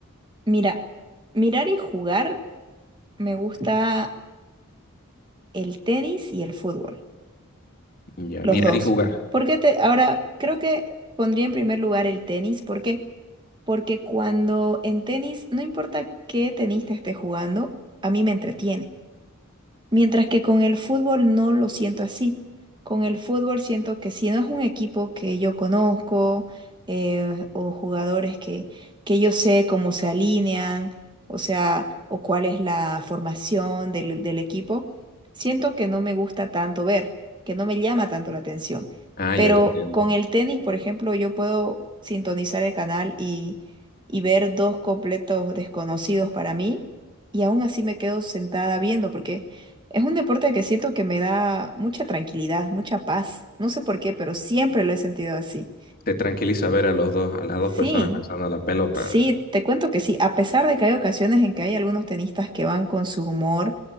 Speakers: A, on the right; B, on the left.
A: Mira, mirar y jugar me gusta el tenis y el fútbol,
B: Ya,
A: los
B: mirar
A: dos.
B: y jugar.
A: ¿Por qué te, ahora creo que pondría en primer lugar el tenis, ¿por qué? Porque cuando en tenis, no importa qué tenista esté jugando, a mí me entretiene. Mientras que con el fútbol no lo siento así. Con el fútbol siento que si no es un equipo que yo conozco eh, o jugadores que, que yo sé cómo se alinean, o sea, o cuál es la formación del, del equipo, siento que no me gusta tanto ver, que no me llama tanto la atención.
B: Ah,
A: Pero
B: ya te entiendo.
A: con el tenis, por ejemplo, yo puedo sintonizar el canal y, y ver dos completos desconocidos para mí y aún así me quedo sentada viendo porque... Es un deporte que siento que me da mucha tranquilidad, mucha paz. No sé por qué, pero siempre lo he sentido así.
B: te tranquiliza ver a los dos, a las dos
A: Sí,
B: personas lanzando la pelota.
A: Sí, te cuento que sí, a pesar de que hay ocasiones en que hay algunos tenistas que van con su humor,